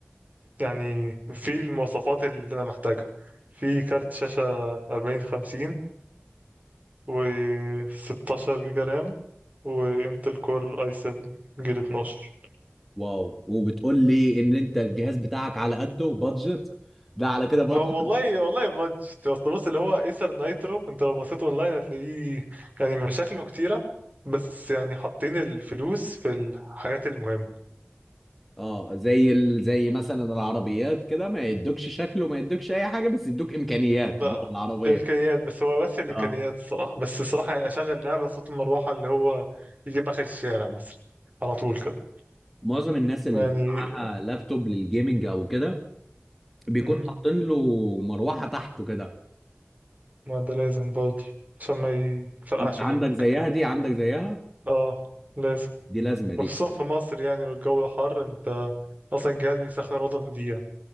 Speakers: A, on the right; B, in the centre.
A: يعني في المواصفات اللي أنا محتاجها في كارت شاشة أربعين خمسين و 16 جيجا رام وانتل كور اي 7 جيل 12
B: واو وبتقول لي ان انت الجهاز بتاعك على قده بادجت ده على كده بادجت
A: هو والله والله بادجت اصل بص اللي هو ايسر نايترو انت لو بصيت اونلاين هتلاقيه يعني مشاكله كتيره بس يعني حاطين الفلوس في الحاجات المهمه
B: اه زي ال... زي مثلا العربيات كده ما يدوكش شكله ما يدوكش اي حاجه بس يدوك امكانيات
A: لا،
B: جوه العربيه
A: الامكانيات بس هو بس الامكانيات
B: اه
A: الصراحه بس الصراحه يعني اشغل لعبه صوت المروحه اللي هو يجيب اخر الشارع مثلا على طول كده
B: معظم الناس اللي
A: يعني
B: بيبقى معاها لابتوب للجيمنج او كده بيكون
A: مم،
B: حاطين له مروحه تحته كده
A: ما ده لازم برضه عشان ما يفرقعش
B: انت عندك
A: منك
B: زيها دي عندك زيها
A: اه لازم
B: دي لازمه دي
A: وخصوصا في مصر يعني والجو حر انت اصلا الجهاز بيسخن الاوضه في دقيقه